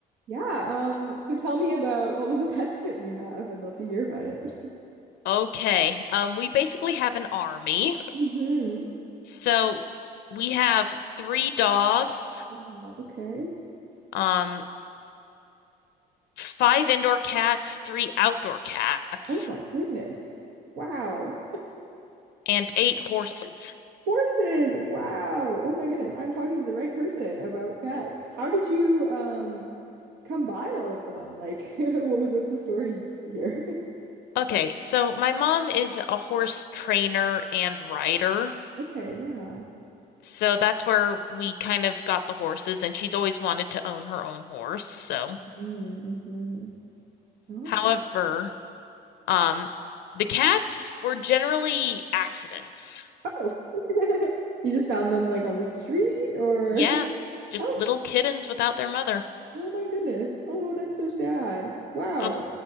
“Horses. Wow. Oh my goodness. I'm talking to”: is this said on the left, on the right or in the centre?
Right